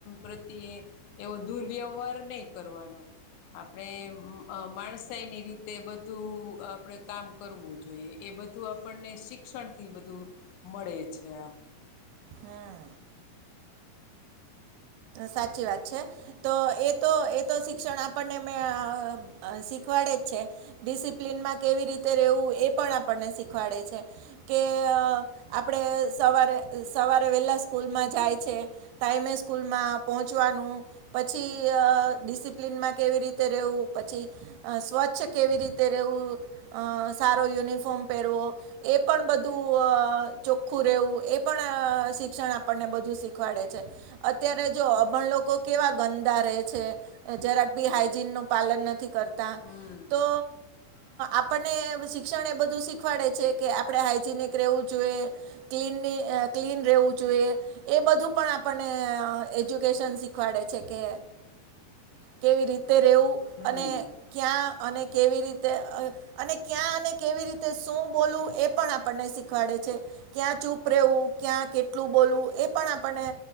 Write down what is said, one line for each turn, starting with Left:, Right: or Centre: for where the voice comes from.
Left: પ્રત્યે એવો દુરવ્યવહાર નહી કરવાનો. આપણે માણસાઈની રીતે બધું આપડે કામ કરવું. જોઈએ, એ બધું આપણને શિક્ષણથી બધું મળે છે આ.
Right: હમ્મ. સાચી વાત છે, તો એ તો એ તો શિક્ષણ આપ આપણને શીખવાડે જ છે. ડિસિપ્લિનમાં કેવી રેવું એ પણ શીખવાડે છે. કે આપણે સવારે-સવારે વહેલા સ્કૂલમાં જાય છે. ટાઈમ સ્કુ લમાં પહોંચવાનું, પછી ડિસિપ્લિનમાં કેવી રીતે રહેવું, પછી સ્વચ્છ કેવી રીતે રહેવું, સારો યુનિફોર્મ પહેરવો. એ પણ બધું ચોખ્ખું રહેવું, એ પણ શિક્ષણ આપણને બધું શીખવાડે છે. અત્યારે જો અભણ લોકો કેવા ગંદા રહે છે. જરાક ભી હાઈજીનનું પાલન નથી કર. તા
Left: હમ
Right: તો આપણને શિક્ષણ એ બધું શી ખવાડે છે કે, આપણે હાઈજીનિક રહેવું જોઈએ. ક્લીનની ક્લીન રહેવું જોઈએ, એ બધું પણ આપણને ને એજ્યુકેશન શીખવાડે છે કે, કેવી રીતે રહેવું.
Left: હમ
Right: અને ક્યાં અને કેવી રીતે? અને ક્યાં અને કેવી રીતે શું બોલવું? એ પણ આપણને શીખવાડે છે. ક્યાં ચૂપ રહેેવું? ક્યાં કેટલું બોલવું? એ પણ આપણને